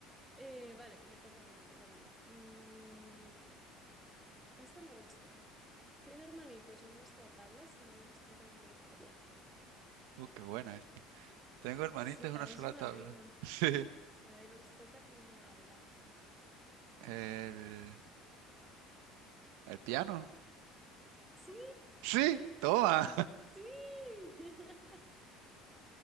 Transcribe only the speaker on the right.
Uh, qué buena esta. Tengo hermanitas
en
una sola
tabla.
<laughs> Sí.
El, el piano.
Sí, toma.